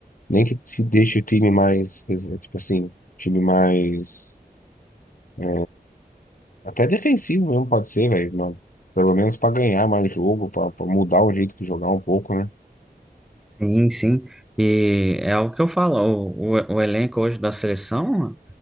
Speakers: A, on the left (about 55°); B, in the centre.
A: nem que te deixe o time mais, tipo assim, time mais. é, Até defensivo mesmo pode ser, velho. mas Pelo menos pra ganhar mais jogo, pra pra mudar o jeito de jogar um pouco, né?
B: sim, sim. E é o que eu falo, o, o, o elenco hoje da seleção,